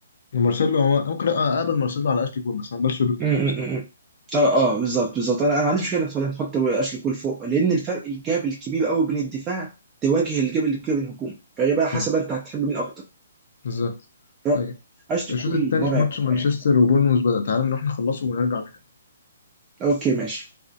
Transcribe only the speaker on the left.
مارسيلو هو ممكن اقبل مارسيلو على اشلي كول بس ما اقبلش روبرتو
كارلوس
مم.
بالظبط
طيب
الشوط
الثاني
في ماتش مانشستر
وبورنموث بدأ تعال نروح نخلصه ونرجع نكمل